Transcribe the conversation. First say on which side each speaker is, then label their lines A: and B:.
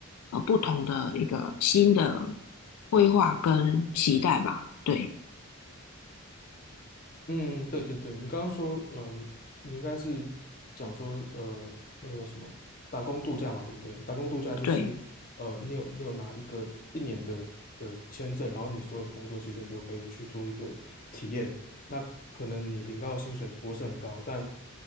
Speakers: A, on the left; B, on the left.
A: 呃不同的一个新的规划跟期待吧。对
B: 嗯，对对对，你刚刚说，呃，你你应该是讲说，呃，那个叫什么打工度假嘛，对不对？打工度假就是，
A: 对
B: 呃，你有你有拿一个一年的的签证，然后你所有的工作其实你都可以去做一个体验。那可能你领到的薪水不会是很高，但